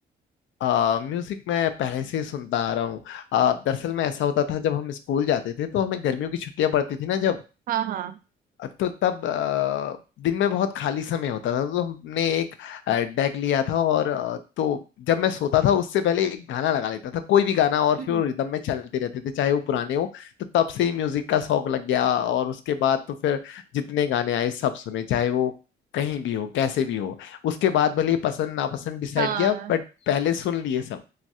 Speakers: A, on the left (about 70°); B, on the right (about 45°).
A: आ, म्यूजिक मैं पहले से ही सुनता आ रहा हूँ अ, दरअसल में ऐसा होता था जब हम स्कूल जाते थे तो हमें गर्मियों की छुट्टियां पड़ती थी ना जब
B: हाँ हाँ
A: तो तब अ, दिन में बहुत खाली समय होता था तो हमने एक डेक लिया था और अ, तो जब मैं सोता था उससे पहले एक गाना लगा लेता था कोई भी गाना और
B: हम्म।
A: फिर रिदम में चलते रहते थे चाहे वो पुराने हो तो तब से ही म्यूजिक का शौक लग गया और उसके बाद तो फिर जितने गाने आए सब सुने चाहे वो कहीं भी हो कैसे भी हो उसके बाद भले ही पसंद नापसंद डिसाइड
B: हाँ
A: किया बट पहले सुन लिए सब